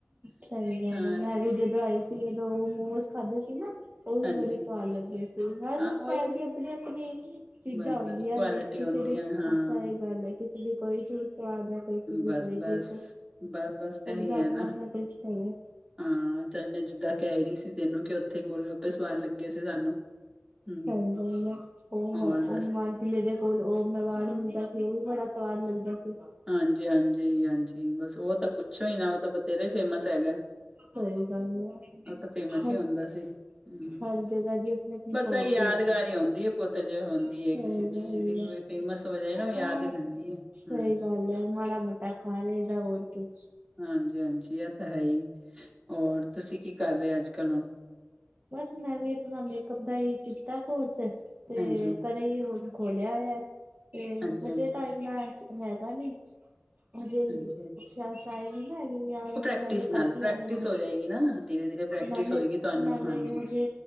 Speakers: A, on the right (about 40°); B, on the right (about 20°).
A: ਸਹੀ ਗੱਲ
B: ਹਾਂ
A: ਹੈ ਮੈਂ ਵੀ ਆਈ ਜਦੋਂ ਮੋਮੋਸ ਖਾਧਦੇ ਸੀ ਨਾ ਉਹ ਵੀ
B: ਹਾਂਜੀ
A: ਬੜੇ ਸਵਾਦ ਲੱਗੇ ਸੀ ਹਰ
B: ਹਾਂ
A: ਸ਼ਹਿਰ
B: ਉਹੀ
A: ਦੀ ਆਪਣੀ ਆਪਣੀ ਚੀਜ਼ਾਂ
B: ਬਸ
A: ਹੁੰਦੀਆਂ
B: ਬਸ ਕੁਆਲਿਟੀ
A: ਨੇ ਕਿਸੇ
B: ਆਉਂਦੀ
A: ਦੀ
B: ਆ
A: ਸਹੀ
B: ਹਾਂ
A: ਗੱਲ ਹੈ ਕਿਸੇ ਦੀ ਕੋਈ ਚੀਜ਼ ਸਵਾਦ ਹੈ ਵੀ
B: ਬਸ
A: ਕੋਈ
B: ਬਸ
A: ਵੀ
B: ਬਸ ਬਸ ਇਹੀ
A: ਸਭ ਦਾ
B: ਹੈ
A: ਆਪਣਾ
B: ਨਾ
A: ਆਪਣਾ ਟੇਸਟ ਹੈਗਾ
B: ਹਾਂ ਚੱਲ ਮੈਂ ਜਿੱਦਾਂ ਕਹਿ ਰਹੀ ਸੀ ਤੈਨੂੰ ਕਿ ਉੱਥੇ ਗਲਗੱਪੇ ਵਾਪਿਸ ਵਾਰ ਲੱਗੇ ਸੀ ਸਾਨੂੰ ਹੂੰ
A: ਸਹੀ ਗੱਲ ਐ, ਉਹ
B: ਔਰ ਦੱਸ
A: ਉਹ ਮਾਨ ਕਿੇ ਦੇ ਕੋਲ ਉਹ ਮਵਾੜ ਹੁੰਦਾ ਸੀ, ਉਹ ਵੀ ਬੜਾ ਸਵਾਦ ਲੱਗਦਾ ਸੀ।
B: ਹਾਂਜੀ ਹਾਂਜੀ ਹਾਂਜੀ ਬਸ ਉਹ ਤਾਂ ਪੁੱਛੋ ਹੀ ਨਾ ਉਹ ਤਾਂ ਬਥੇਰਾ ਹੀ ਫੇਮਸ ਹੈਗਾ
A: ਸਹੀ ਗੱਲ ਹੈ
B: ਉਹ ਤਾਂ ਫੇਮਸ
A: ਹਰ
B: ਹੀ ਹੁੰਦਾ ਸੀ ਹੂੰ
A: ਹਰ ਜਗ੍ਹਾ ਦੀ ਆਪਣੀ ਆਪਣੀ
B: ਬਸ
A: ਕੁਆਲਿਟੀ
B: ਇਹ ਯਾਦਗਾਰ
A: ਆ
B: ਹੀ ਹੁੰਦੀ ਹੈ ਪੁੱਤ ਜੋ ਹੁੰਦੀ
A: ਸਹੀ
B: ਹੈ ਕਿਸੇ ਚੀਜ਼
A: ਗੱਲ
B: ਦੀ
A: ਹੈ
B: ਫੇਮਸ ਹੋ ਜਾਏ ਨਾ ਉਹ ਯਾਦ
A: ਆ
B: ਹੀ ਰਹਿੰਦੀ ਹੈ ਹੂੰ
A: ਸਹੀ ਗੱਲ ਹੈ ਮਾੜਾ ਮੋਟਾ ਖਾਲੀ ਦਾ ਹੋਰ ਕੀ
B: ਹਾਂਜੀ ਹਾਂਜੀ ਇਹ ਤਾਂ ਹੈ ਹੀ ਹੋਰ ਤੁਸੀਂ ਕੀ ਕਰ ਰਹੇ ਅੱਜ ਕੱਲ ਹੁਣ
A: ਬਸ ਮੈਂ ਵੀ ਆਪਣਾ ਮੇਕਅਪ ਦਾ ਹੀ ਕੀਤਾ ਕੋਰਸ ਤੇ
B: ਹਾਂਜੀ,
A: ਘਰੇ ਹੀ ਹੁਣ ਖੋਲਿਆ ਹੈ, ਤੇ
B: ਹਾਂਜੀ,
A: ਹਜੇ
B: ਹਾਂਜੀ,
A: ਤਾਂ ਇੰਨਾ ਰੈਦਾ ਨੀ, ਹਜੇ
B: ਹਾਂਜੀ
A: ਸਾਈਦ ਆਏ ਵੀ ਨਾ ਹੈਗੇ, ਵਿਆਹ ਵੁਆ
B: ਉਹ ਪ੍ਰੈਕਟਿਸ
A: ਹਜੇ
B: ਨਾਲ
A: ਘੱਟ ਹੀ
B: ਪ੍ਰੈਕਟਿਸ
A: ਹੇਗੇ ਨੇ।
B: ਹੋ ਜਾਏਗੀ ਨਾ, ਧੀਰੇ-ਧੀਰੇ ਪ੍ਰੈਕਟਿਸ
A: ਨਾਲੇ
B: ਹੋਏਗੀ ਤੁਹਾਨੂੰ
A: ਨਾਲੇ
B: ਹਾਂਜੀ।
A: ਹਜੇ